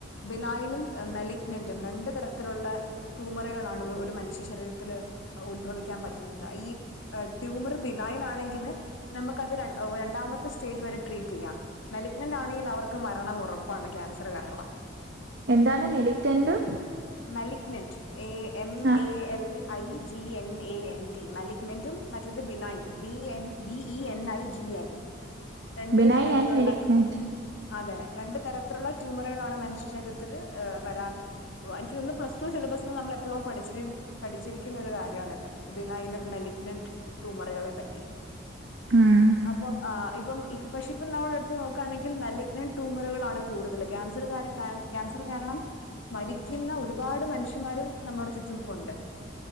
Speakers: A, on the left; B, on the right.
A: ബിനായിനും മെലിഗ്ന്റും രണ്ട് തരത്തിലുള്ള ട്യൂമറുകളാണ് ഒരു മനുഷ്യ ശരീരത്തില് ഉത്ഭവിക്കാൻ പറ്റുന്നത് ഈ ട്യൂമർ ബിനായിൻ ആണെ നമ്മുക്കത് രണ്ടാമത്തെ സ്റ്റേജ് വരെ ട്രീറ്റ് ചെയ്യാം മെലഗ്നന്റ് ആണെങ്കി അവർക്ക് മരണം ഉറപ്പെ ഉറപ്പാണ് ക്യാൻസർ കാരണം
B: എന്താണ് മെലിക്റ്റന്റും
A: malignant A M
B: ah
A: A L I G N A N T മലിഗ്നന്റും മറ്റത് benign B N B E N I G N രണ്ട്
B: ബിനൈൻ
A: തരത്തിലുള്ള
B: ആൻഡ് മെലിഗ്നന്റ്.
A: അതന്നെ അതെ രണ്ടു തരത്തിലുള്ള ട്യൂമറുകളാണ് മനുഷ്യ ശരീത്തിൽ വരാൻ എനിയ്ക്കു തോന്നുന്നു പ്ലസ് ടു ൽ നമ്മള എപ്പോഴോ പഠിച്ചി പഠിച്ചിരിക്കുന്നൊരു കാര്യമാണിത് പിന്നെ അതിന് മെലിഗ്നന്റ് ട്യൂമറുകളെ പറ്റി
B: ഉം
A: അപ്പം ആ ഇപ്പം ഇ പക്ഷെ ഇപ്പ നമ്മള എടുത്ത് നോക്കുകയാണെങ്കിൽ മലിഗ്നന്റ് ട്യൂമറുകളാണ് കൂടുതൽ ക്യാൻ ക്യാസറു കാരണം മരിക്കുന്ന ഒരുപാട് മനുഷ്യമാരും നമ്മുടെ ചുറ്റുപ്പുണ്ട്